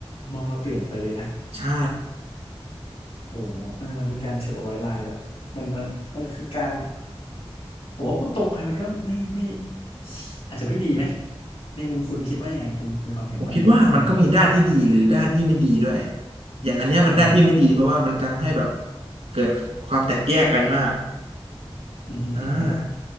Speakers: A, on the left; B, on the right.
A: มองเราเปลี่ยนไปเลยนะ
B: ใช่
A: โอ้โหเออเป็นการเทรดเอาไว้ไลน์แบบมันมันมันคือการผมว่าพูดตรงไปมันก็ไม่ไม่อาจจะไม่ดีไหมในมุมคุณคิดว่ายังไงคุณมีความเห็นว่ายังไงเรื่องนี้
B: ผมคิดว่ามันก็มีด้านที่ดีหรือด้านที่ไม่ดีด้วย อย่างอันเนี้ยมันด้านที่ไม่ดีเพราะว่ามันทำให้แบบ
A: อ่าอ่าอ่า
B: เกิดความแตกแยกกันมาก
A: อือฮึอือฮึ
B: อ่า